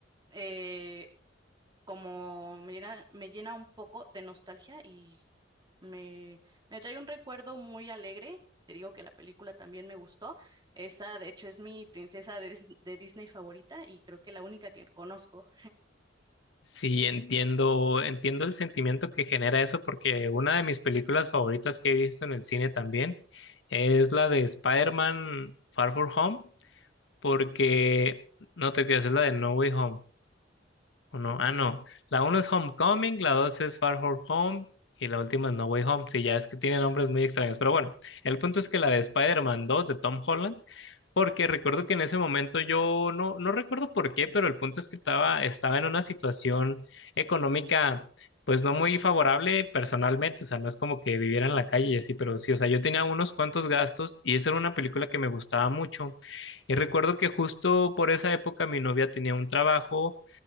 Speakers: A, on the right (about 25°); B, on the left (about 70°).
A: eh, como me llena, me llena un poco de nostalgia y me, me trae un recuerdo muy alegre. Te digo que la película también me gustó. Esa, de hecho, es mi princesa de, Dis- de Disney favorita y creo que la única que conozco.
B: Sí, entiendo, entiendo el sentimiento que genera eso porque una de mis películas favoritas que he visto en el cine también es la de Spider-Man Far From Home, porque no te creas, es la de No Way Home. Uno, ah, no. La uno es Homecoming, la dos es Far From Home y la última es No Way Home. Sí, ya es que tiene nombres muy extraños. Pero bueno, el punto es que la de Spider-Man 2 de Tom Holland, porque recuerdo que en ese momento yo no, no recuerdo por qué, pero el punto es que estaba, estaba en una situación económica. Pues no muy favorable personalmente, o sea, no es como que viviera en la calle y así, pero sí, o sea, yo tenía unos cuantos gastos y esa era una película que me gustaba mucho. Y recuerdo que justo por esa época mi novia tenía un trabajo,